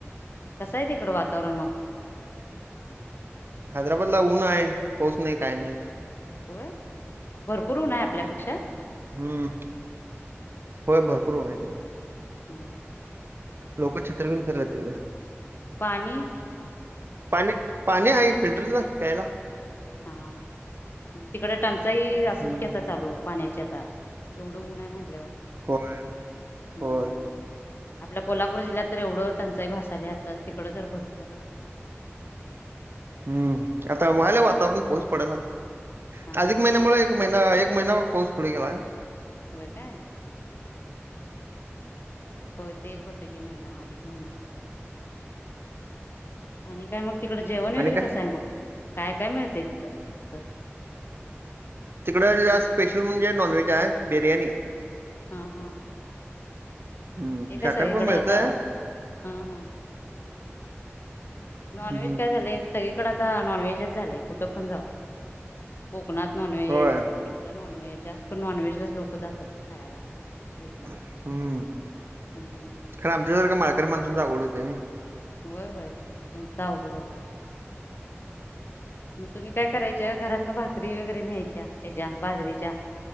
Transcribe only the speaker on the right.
हैदराबाद ला ऊनं आहे पाऊस नाही काय नाही.
हम्म होय भरपूर ऊन आहे तिकडे.
लोक छत्री घिऊन फिरल्यात तिकडे
पाणी पाणी आहे फिल्टरचा प्यायला.
हम्म
होय
होय
हम्म आता व्हायला वातावरण पोउस पडेल आता.
अधिक
महिन्यामुळे एक महिना एक महिना पाऊस पुढे गेलाय.
आणि
काय
तिकडं स्पेशल म्हणजे नॉनव्ज आहे बिर्याणी
हम्म
शाकाहार
पण मिळतंय
हम्म
होय
हम्म
खरं आमच्यासारखं माळकरी माणसूनचा अवघड होते नी.